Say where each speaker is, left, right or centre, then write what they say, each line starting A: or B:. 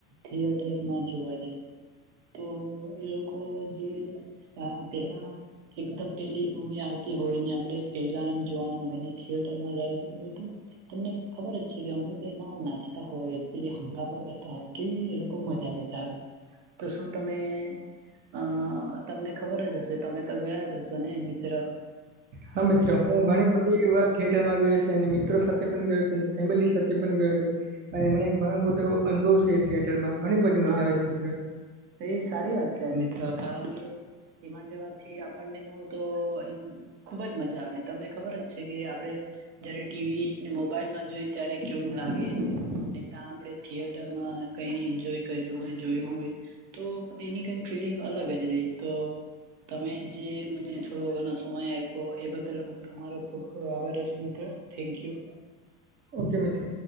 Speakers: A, on the right (about 80°); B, on the right (about 25°).
A: થિયેટર માં જોવા જાય. તો એ લોકો જે <unintelligible> પહેલા એકદમ પેલી મૂવી આવતી હોય ને આપણે પેલા એમ જોવાના હોય ને થિયેટર માં જાય તો હોય તો તમને ખબર જ છે કે અમુકો એમાં નાચતા હોય, પહેલી હંગમાા કરતા હોય, કેવી એ લોકો મજા લેતા હોય. તો શું તમે અહ તમને ખબર જ હશે તમે તો ગયા જ હશો ને મિત્ર!
B: હા મિત્ર. હું ઘણી બધ <unintelligible> વાર થિયેટરમાં ગયો સે, અને મિત્રો સાથે પણ ગયો સે, અને ફેમિલી સાથે પણ ગયો સે. અને મને ઘણો બધો એવો અનુભવ સે થિયેટર માં. ઘણી બધી
A: હા
B: મજા આવે છે મિત્ર.
A: એ સારી વાત કહેવાય મિત્ર, કારણ કે એમાં જવાથી આપણને બહું તો એમ ખુબ જ મજા આવે તમને ખબર જ છે કે આપડે જયારે ટી વી ને મોબાઈલમાં જોઈ ત્યારે કેવું લાગેને ને ત્યાં આપે થિયટર માં કઈ એન્જોય કર્યું હોય જોયું હોય તો એની કઈ ફિલિંગ અલગ જ રહી તો તમે જે મને થોડો ઘો સમય આપો એ બદલ તમારો ખૂબ ખૂબ આભાર રહેશે મિત્ર, થેન્ક યુ.
B: ઓકે મિત્ર.